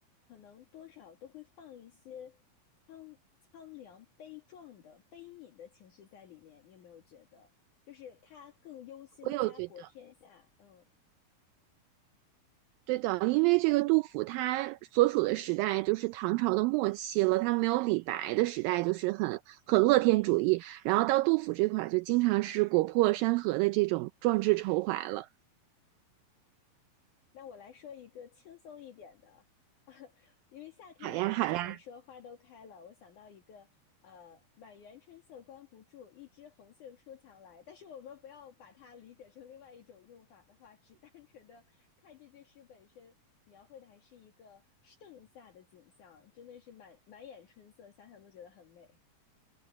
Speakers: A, on the left; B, on the right.
A: 可能多少都会放一些苍苍凉、悲壮的、悲悯的情绪在里面，你有没有觉得？就是他更忧心家国天下，
B: 我有觉得。
A: 嗯，
B: 对的，因为这个杜甫他所处的时代就是唐朝的末期了，他没有李白的时代，就是很很乐天主义。然后到杜甫这块儿，就经常是国破山河的这种壮志愁怀了，
A: 那我来说一个轻松一点的，<laughs> 因为夏天嘛，
B: 好呀好呀。
A: 刚才也说花都开了，我想到一个，呃，满园春色关不住，一枝红杏出墙来。但是我们不要把它理解成另外一种用法的话，只单纯的看这句诗本身描绘的还是一个盛夏的景象，真的是满满眼春色，想想都觉得很美